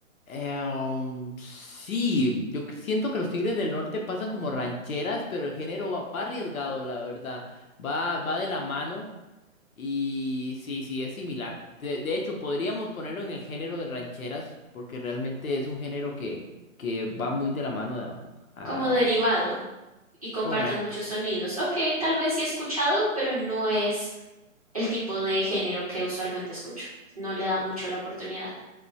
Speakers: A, on the left; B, on the right.
A: Eh, um, sí, yo que- siento que los Tigres del Norte pasan como rancheras, pero el género va, va arriesgado, la verdad. Va, va de la mano. Y sí, sí, es similar. De, de hecho, podríamos ponerlo en el género de rancheras, porque realmente es un género que, que va muy de la mano de- ah,
B: Como derivado y compartan
A: correcto.
B: muchos sonidos. Ok, tal vez sí he escuchado, pero no es el tipo de género que usualmente escucho. No le he dado mucho la oportunidad.